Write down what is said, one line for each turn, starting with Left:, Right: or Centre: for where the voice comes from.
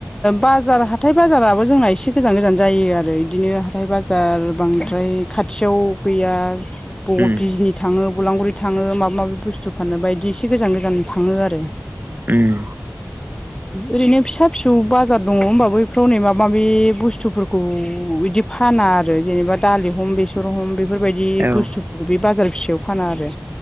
Left: बाजार हाथाय बाजाराबो जोंना एसे गोजान -गोजान जायो आरो इदिनो हाथाइ बाजार आरो बांद्राय खाथियाव गैया बबाव
Right: उम
Left: बिजनि थाङो गलांगुरि थाङो माबा- माबि बुस्थु फानो बायदि एसे गोजान- गोजान थाङो आरो।
Right: अम।
Left: ओरैनो फिसा -फिसौ बाजार दङ होनबाबो बेफोराव हनै माबा -माबि बुस्थुफोरखौ बिदि फा फाना आरो जेनेबा दालि हम, बेसर हम बेफोरबायदि
Right: औ
Left: बुस्थुफोरखौ बे बाजार फिसायाव फाना आरो।